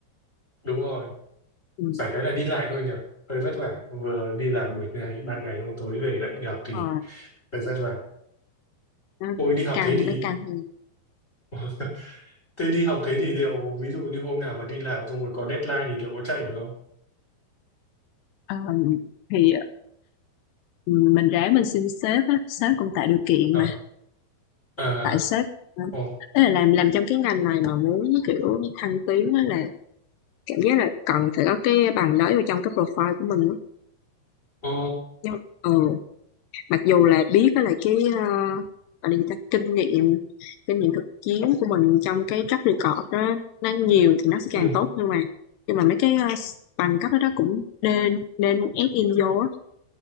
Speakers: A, on the left; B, on the left.
A: Đúng rồi.
B: ừ.
A: Phải cái là đi lại thôi nhỉ. Hơi vất vả. Vừa đi làm buổi ngày, ban ngày hôm tối về lại đi học thì
B: ờ,
A: hơi vất vả.
B: nó
A: Ôi đi học
B: căng
A: thế thì...
B: nó căng hơn
A: <laughs> Ôi, Thế đi học thế thì liệu ví dụ như hôm nào mà đi làm xong rồi có deadline thì liệu có chạy được không?
B: Ờ, thì ừ, mình ráng mình xin sếp á sếp cũng tạo điều kiện
A: À,
B: mà
A: à,
B: tại sếp nữa.
A: ồ,
B: Tức là làm làm trong cái ngành này mà muốn kiểu thăng tiến á là cảm giác là cần phải có cái bằng đó vô trong cái profile của mình á.
A: ồ,
B: nhưng ừ, mặc dù là biết đó là cái ờ, gọi là gì ta kinh nghiệm kinh nghiệm thực chiến của mình trong cái track record đó nó nhiều thì nó sẽ
A: ừ,
B: càng tốt nhưng mà nhưng mà mấy cái ờ, bằng cấp đó, đó cũng nên nên ép in vô á,